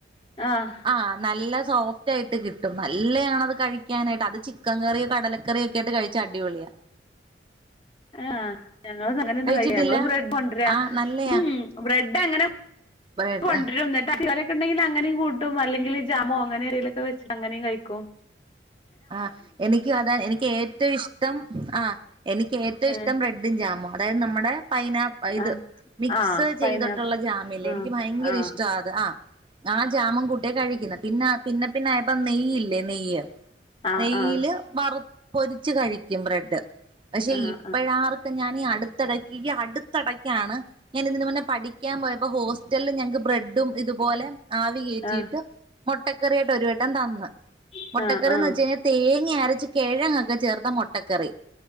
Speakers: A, on the left; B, on the right.
A: ആഹ
B: ആഹ് നല്ല സോഫ്റ്റ് ആയിട്ട് കിട്ടും നല്ലയാണത് കഴി ക്കാനായിട്ട് അത് ചിക്കൻ കറിയോ കടലക്കറിയൊക്കെ ആയ്ട്ട് കഴിച്ചാ അടിപൊളിയാ
A: ആഹ് ഞങ്ങളൊന്നും അങ്ങനൊന്നും
B: കഴിച്ചിട്ടില്ല
A: കഴിക്കേ ഞങ്ങള് ബ്രഡ് കൊണ്ടരാ
B: ആ നല്ലയാ
A: ഉം ബ്രെഡങ്ങനെ
B: ബ്രെഡ്
A: കൊണ്ടരും ന്ന്ട്ട് <unintelligible> റ്റുണ്ടെങ്കില് അങ്ങനേം കൂട്ടും അല്ലങ്കില് ജാമോ അങ്ങനെന്തെലൊക്കെ വെച്ച് അങ്ങനേം കയ്ക്കും
B: ആഹ് എനിക്കും അതാ എനിക്ക് ഏറ്റവും ഇഷ് ഇഷ്ടം ആഹ് എനിക്ക് ഏറ്റവും
A: ഏഹ്
B: ഇഷ്ടം ബ്രെഡും ജാമും അതായത് നമ്മടെ പൈനാപ്പ് അ ഇത്
A: ആഹ്
B: മിക്സ്
A: ആഹ് പൈനാപ്പ്
B: ചെയ്തട്ടൊള്ള ജാമില്ലേ
A: ആഹ്
B: എനിക്ക് ഭയങ്കര
A: ആഹ്
B: ഇഷ്ടാ അത് ആഹ് ആ ജാമും കൂട്ടിയാ കഴിക്കുന്നെ. പിന്നാ പിന്നെ പിന്നെ ആയപ്പ നെയ്യില്ലേ നെയ്യ്
A: ആഹ്
B: നെയ്യ്ല്
A: ആഹ്
B: വറു പൊരിച്ച് കഴിക്കും ബ്രെഡ്. പക്ഷെ
A: ആഹ്
B: ഇപ്പഴാറ് ക്ക ഞാനീ അടുത്തെടക്ക് ഈ അടുത്തെടക്കാണ് ഞാൻ ഇതിന് മുന്നെ പഠിക്കാൻ പോയപ്പോ ഹോസ്റ്റലില് ഞങ്ങക്ക് ബ്രെഡും ഇതുപോലെ ആവി കേറ്റീട്ട്
A: ആഹ് ആഹ്
B: മൊട്ടക്കറിയായിട്ട് ഒരു വട്ടം തന്ന്.
A: ആഹ്
B: മൊട്ടക്കറീന്ന്
A: ആഹ് ആഹ്
B: വെ ഇതിനെ തേങ്ങ അരച്ച് കെഴങ്ങൊക്ക ചേർത്ത മൊട്ടക്കറി